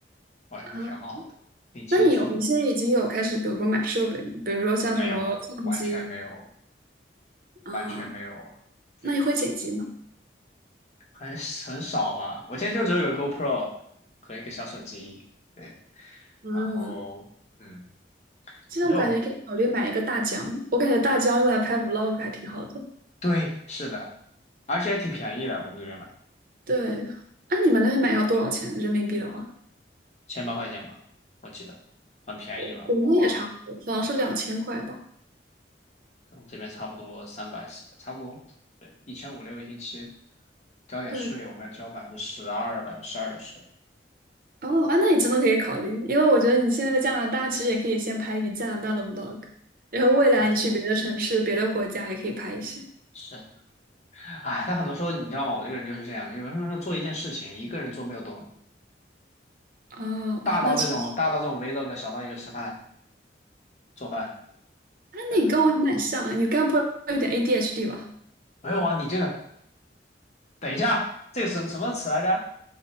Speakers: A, on the left; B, on the right.
A: 我感觉挺好的，
B: 啊。
A: 挺轻松的，
B: 那你有你现在已经有开始，比如说买设备吗比如说像什么相机
A: 没有，完全没有，
B: 啊，
A: 完全没有，对。
B: 那你会剪辑吗？
A: 很很少吧。我现在就只有一个 GoPro 和一个小手机，对，
B: 嗯，
A: 然后嗯，
B: 其实我感觉可以考虑买一个大疆，
A: 没有，
B: 我感觉大疆用来拍 vlog 还挺好的。
A: 对，是的，而且还挺便宜的，我们这边买
B: 对，哎、你们那边买要多少钱人民币的话？
A: 千八块钱吧，我记得很便宜吧，
B: 我国内也差不多，
A: 我忘了，
B: 好像是两千块吧。
A: 对我们这边差不多三百四，差不多，对，一千五六一千七，交点税，
B: 对，
A: 我们要交百分之十二、百分之十二的税。
B: 哦，啊，那你真的可以考虑，因为我觉得你现在在加拿大，其实也可以先拍一点加拿大的 vlog，然后未来你去别的城市、
A: 嗯，
B: 别的国家也可以拍一些。
A: 是的，哎，但很多时候你知道吗？我这个人就是这样，就有时候做一件事情，一个人做没有动力，
B: 哦，
A: 大到这种大到这种
B: 啊，那其实，
A: vlog，小到一个吃饭做饭。
B: 啊，
A: 等等。
B: 那你跟我还蛮像啊，你该不会有点 ADHD 吧
A: 没有啊，你这个等一下，这个什么什么词来着？